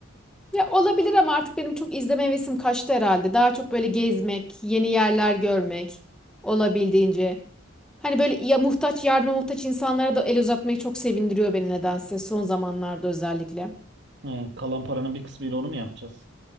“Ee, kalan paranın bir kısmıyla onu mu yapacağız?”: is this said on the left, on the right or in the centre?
Right